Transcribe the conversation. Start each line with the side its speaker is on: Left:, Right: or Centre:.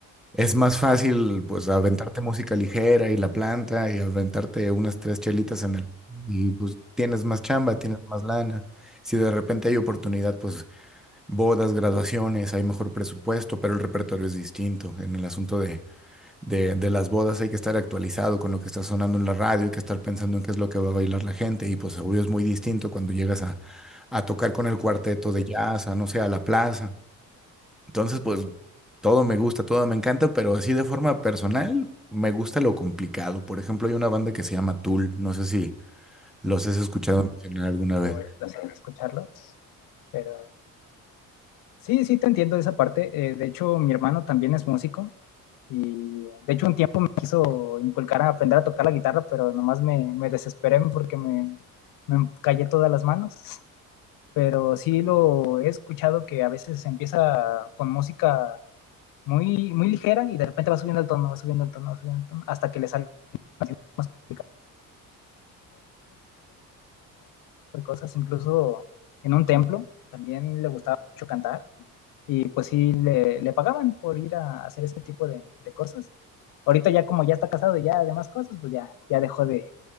Centre: Es más fácil, pues, aventarte música ligera y la planta y aventarte unas tres chelitas en el... Y pues tienes más chamba, tienes más lana. Si de repente hay oportunidad, pues bodas, graduaciones, hay mejor presupuesto, pero el repertorio es distinto. En el asunto de, de, de las bodas hay que estar actualizado con lo que está sonando en la radio, hay que estar pensando en qué es lo que va a bailar la gente. Y pues obvio es muy distinto cuando llegas a, a tocar con el cuarteto de jazz, a no sé, a la plaza. Entonces, pues todo me gusta, todo me encanta, pero así de forma personal me gusta lo complicado. Por ejemplo, hay una banda que se llama Tool, no sé si los has escuchado mencionar alguna vez.
Left: por el placer de escucharlos, pero... Sí, sí, te entiendo de esa parte. Eh, de hecho, mi hermano también es músico y de hecho un tiempo me quiso inculcar a aprender a tocar la guitarra, pero nomás me, me desesperé porque me, me callé todas las manos. <laughs> Pero sí lo he escuchado que a veces empieza con música muy, muy ligera y de repente va subiendo el tono, va subiendo el tono, va subiendo el tono, hasta que le sale más complicado. Cosas, incluso en un templo también le gustaba mucho cantar Y pues sí, le, le pagaban por ir a hacer ese tipo de, de cosas. Ahorita ya como ya está casado y ya demás cosas, pues ya, ya dejó de,